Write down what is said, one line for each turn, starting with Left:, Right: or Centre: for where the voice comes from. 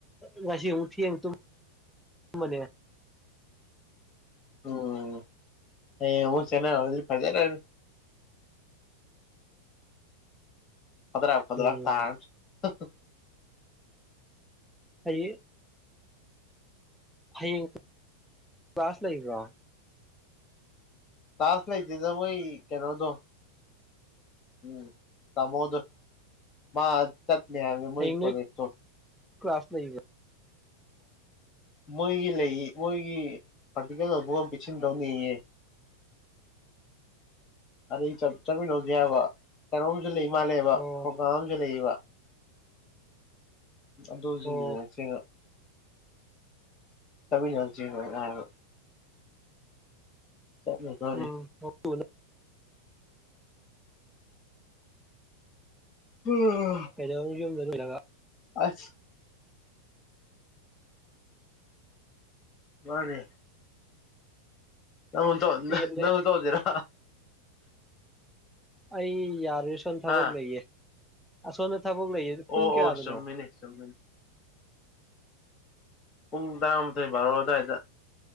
Centre: ꯉꯁꯤ ꯑꯃꯨꯛ ꯊꯦꯡ ꯇꯨꯝ ꯃꯅꯦ
Left: ꯑꯣ ꯍꯌꯦꯡ ꯑꯃꯨꯛ ꯆꯦꯟꯅꯔꯗꯤ ꯐꯖꯔꯅꯤ ꯐꯗ꯭ꯔꯥꯛ ꯐꯗ꯭ꯔꯥꯛ
Centre: ꯎꯝ
Left: ꯇꯥꯔꯅꯤ ꯍꯨꯝ
Centre: ꯑꯩ ꯍꯌꯦꯡ ꯀ꯭ꯂꯥꯁ ꯂꯩꯕ꯭ꯔꯣ
Left: ꯀ꯭ꯂꯥꯁ ꯂꯩꯇꯦꯗ ꯃꯣꯏꯒꯤ ꯀ‌ꯦꯅꯣꯗꯣ ꯎꯝ ꯇꯥꯃꯣꯗꯣ ꯃꯥ ꯆꯠꯅꯦ ꯍꯥꯏꯕꯅꯦ ꯃꯣꯏ
Centre: ꯍꯌꯦꯡ ꯅꯣꯏ
Left: ꯀꯣꯂꯦꯛꯇꯣ
Centre: ꯀ꯭ꯂꯥꯁ ꯂꯩꯕ꯭ꯔꯣ
Left: ꯃꯣꯏꯒꯤ ꯂꯩ ꯃꯣꯏꯒꯤ ꯄ꯭ꯔꯥꯛꯇꯤꯀꯦꯜ ꯅꯣꯠ ꯕꯨꯛ ꯑꯝ ꯄꯤꯁꯤꯟꯗꯧꯅꯦꯌꯦ ꯑꯗꯩ ꯆꯞ ꯆꯠꯃꯤꯟꯅꯧꯖꯦ ꯍꯥꯏꯕ ꯀꯩꯅꯣꯝꯖꯨ ꯂꯩ ꯃꯥꯜꯂꯦꯕ
Centre: ꯑꯣ
Left: ꯄ꯭ꯔꯣꯒꯥꯝ ꯑꯝꯗꯤ ꯂꯩꯌꯦꯕ ꯑꯗꯨꯖꯤ
Centre: ꯑꯣ
Left: ꯌꯦꯉꯛꯁ‌ꯦꯅ ꯇꯕꯤ ꯌ‌ꯦꯉꯛꯆ‌ꯦꯅ <unintelligible> ꯆꯠꯂꯨꯗꯣꯔꯤ
Centre: ꯎꯝ <unintelligible>
Left: <unintelligible>
Centre: ꯀ‌ꯦꯗꯧꯅꯤ ꯌꯨꯝꯗ ꯂ‌ꯣꯏꯔꯒ
Left: ꯑꯁ ꯋꯥꯔꯦ ꯅꯉꯣꯟ ꯇꯧ
Centre: ꯍꯦꯟꯅ
Left: ꯅꯍ ꯅꯉꯣꯟ ꯇꯧꯖꯤꯔ
Centre: ꯑꯩ ꯌꯥꯔꯣꯏ ꯑꯁꯣꯟ ꯊꯕꯛ
Left: ꯍꯥ
Centre: ꯂꯩꯌꯦ ꯑꯁꯣꯝꯗ ꯊꯕꯛ ꯂꯩꯌꯦ
Left: ꯑꯣ
Centre: ꯄꯨꯡ ꯀꯌꯥꯗꯅꯣ
Left: ꯑꯣ ꯆꯨꯝꯃꯤꯅꯦ ꯆꯨꯝꯃꯤꯅꯦ ꯄꯨꯡ ꯇꯔꯥ ꯃꯊꯣꯏ ꯕꯥꯔꯣ ꯑꯗꯥꯏꯗ